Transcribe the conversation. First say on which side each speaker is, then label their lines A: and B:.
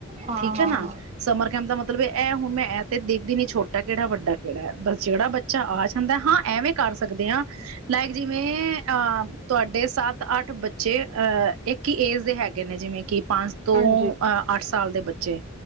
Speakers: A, on the right (about 30°); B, on the right (about 75°).
A: ਹਾਂ
B: ਠੀਕ ਹੈ
A: ਹਾਂ
B: ਨਾ ਸਮਰ ਕੈਂਪ ਦਾ ਮਤਲਬ ਇਹ ਹੁਣ ਮੈਂ ਐ ਤੇ ਦੇਖਦੀ ਨੀ ਛੋਟਾ ਕਿਹੜਾ ਵੱਡਾ ਕਿਹੜਾ ਬਸ ਜਿਹੜਾ ਬੱਚਾ ਆ ਜਾਂਦਾ ਹਾਂ ਐਵੇਂ ਕਰ ਸਕਦੇ ਹਾਂ ਲਾਇਕ ਜਿਵੇਂ ਅ ਤੁਹਾਡੇ ਸੱਤ ਅੱਠ ਬੱਚੇ ਅ ਇੱਕ ਹੀ ਏਜ ਦੇ ਹੈਗੇ ਨੇ ਜਿਵੇਂ ਕਿ ਪੰਜ ਤੋਂ
A: ਹਾਂਜੀ
B: ਅੱਠ ਸਾਲ ਦੇ ਬੱਚੇ